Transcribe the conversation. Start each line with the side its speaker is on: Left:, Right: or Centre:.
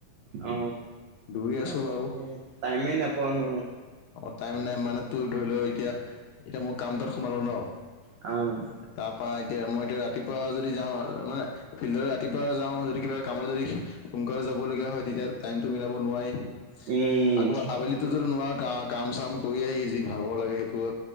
Right: অ।
Left: দৌৰি আছো
Right: এ তাকে
Left: বাউ
Right: টাইমে নাপাও ন
Left: অ টাইম নাই মানে তোৰ ধৰি ল এতিয়া এতিয়া মোৰ কাম তাত সোমালো ন
Right: অ
Left: তাৰ পা এতিয়া মই এতিয়া ৰাতিপুৱা যদি যাওঁ মানে ফিল্ডলে ৰাতিপুৱা যাওঁ যদি কিবা কামত যদি সোনকালে যাবলগীয়া হয় তেতিয়া টাইমটো মিলাব নোৱাৰি
Right: সেইটোৱে।
Left: আকৌ আবেলি তো ধৰ নোৱা কা কাম চাম কৰি আহি যি ভাগৰ লাগে সেইটো